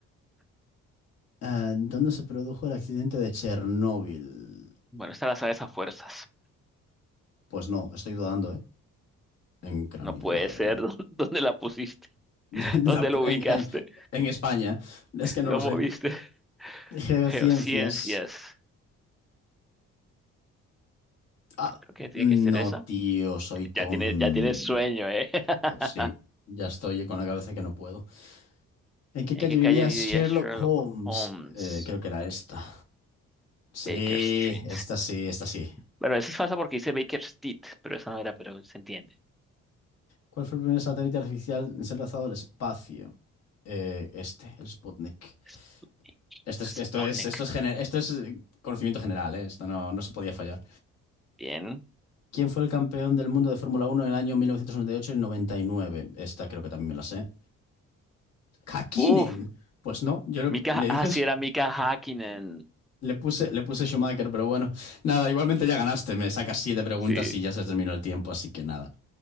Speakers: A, on the left; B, in the centre.
A: Ah, ¿dónde se produjo el accidente de Chernóbil?
B: bueno, esta la sabes a fuerzas.
A: Pues no, estoy dudando, ¿eh? En Ucrania,
B: No puede
A: madre
B: ser.
A: mía.
B: <laughs> ¿Dó- ¿Dónde la pusiste?
A: <laughs>
B: <laughs> ¿Dónde
A: La pu-
B: lo ubicaste?
A: en, en- en España, es que no
B: ¿Lo
A: lo sé.
B: moviste? <laughs>
A: Geociencias.
B: Geociencias.
A: Ah,
B: Bueno, creo que tiene
A: no,
B: que ser esa.
A: tío, soy tonto.
B: Ya tiene, ya tiene sueño, ¿eh? <laughs>
A: Sí, ya estoy eh, con la cabeza que no puedo. ¿En qué
B: ¿En
A: calle
B: qué
A: vivía
B: calle vivía
A: Sherlock
B: Sherlock
A: Holmes?
B: Holmes?
A: Eh, creo que era esta. Sí,
B: Baker Street.
A: esta sí, esta sí.
B: Bueno, eso es falsa porque dice Baker Street, pero esa no era, pero se entiende.
A: ¿Cuál fue el primer satélite artificial en ser lanzado al espacio? Eh, este, el Sputnik.
B: Es-
A: Esto
B: es
A: es, esto
B: Sputnik.
A: es, esto es, gene- esto es eh, conocimiento general, ¿eh? Esto no, no se podía fallar.
B: Bien.
A: ¿Quién fue el campeón del mundo de Fórmula Uno en el año 1998 y 99? Esta creo que también me la sé. ¡Hakkinen!
B: Uf,
A: Pues no, yo le,
B: Mika,
A: le dije,
B: ah, sí, era Mika Hakkinen.
A: le puse, le puse Schumacher, pero bueno. Nada, igualmente ya ganaste. Me sacas siete preguntas
B: Sí.
A: y ya se terminó el tiempo, así que nada.